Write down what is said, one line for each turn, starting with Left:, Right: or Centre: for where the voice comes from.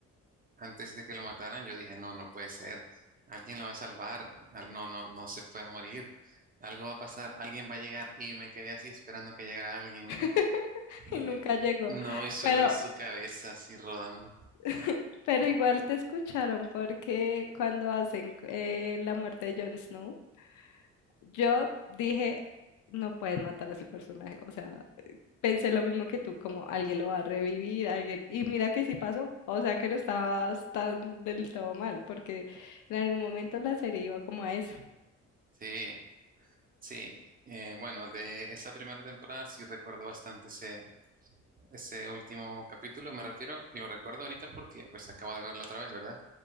Right: antes de que lo mataran, yo dije, no, no puede ser. Alguien lo va a salvar. Al- No, no, no se puede morir. Algo va a pasar. Alguien va a llegar. Y me quedé así esperando que llegara alguien,
Left: <laughs>
Right: mira. Y-
Left: y nunca llegó.
Right: No, y solo
Left: Pero
Right: vi su cabeza así rodando.
Left: <laughs> Pero igual te escucharon porque cuando hacen eh, la muerte de Jon Snow, yo dije, no pueden matar a ese personaje. O sea, pensé lo mismo que tú, como alguien lo va a revivir, alguien... Y mira que sí pasó. O sea, que no estabas tan del todo mal, porque en algún momento la serie iba como a eso,
Right: Sí, sí. Eh, bueno, de esa primera temporada sí recuerdo bastante ese, ese último capítulo. Me refiero, lo recuerdo ahorita porque pues acabo de verlo otra vez, ¿verdad?